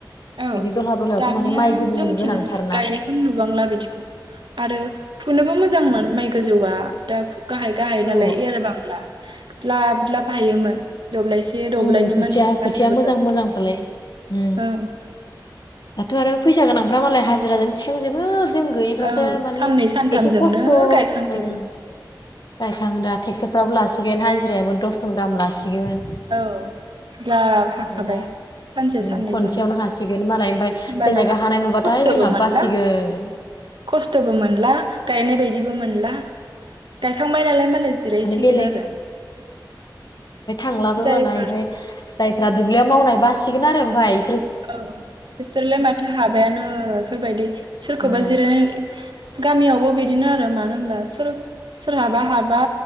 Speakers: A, on the right; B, on the left.
A: औ
B: बिदि दलहा दलहायावथ'
A: दानिया
B: माने माइ गोजौ
A: जोंथिं
B: गोनांथारना
A: गायनायखौनो नुबांला बिदिखौ आरो फुनोबो मोजांमोन माइ गोजौआ दा गाहाय गाहाय नालाय
B: औ
A: एरबांला। ग्लाबग्लाब हायोमोन। दब्लायसे दब्लायनि
B: उम खोथिया
A: मानि मानसि
B: खोथिया
A: बुरजाबाथ'
B: मोजां मोजां फ्रालाय ओं।
A: औ
B: दाथ' आरो फैसा गोनांफ्रा मालाय हाजिराजोंनो थिखांजोबो। जों गैयैफ्रासो
A: औ
B: माने
A: साननै सानथामजोंनो
B: एसे खस्थ' ओं
A: गायखांजोबो
B: गायखाङोदा टेक्टर फ्राबो लासिगोन हाजिरायाबो दसजन गाहाम लासिगोन।
A: औ ग्लाब
B: ओमफ्राय
A: हाखाबाय
B: दा
A: सानसे
B: उम
A: साननैजोंनो
B: खनसेयावनो
A: होमबाना
B: हासिगोन मालाय ओमफ्राय बेलेगा हानाय नुबाथाय
A: खस्थ'बो
B: जोंहा
A: मोनला
B: बासिगोन
A: खस्थ'बो मोनला गायनाय बायदि बो मोनला गायखांबाय नालाय मालाय जिरायसिगोन
B: माने बेलेग
A: आरो।
B: मालाबो
A: जायफोर
B: मालाय ओमफाय जायफ्रा दुब्लियाव मावनाय बासिगोन आरो ओमफाय।
A: औ बिसोरलाय माथो हाबायानो बेफोरबायदि सोरखौबा
B: उम
A: जिरायनाय गामियावबो बिदिनो आरो। मानो होनबा सोर सोरहाबा हाबा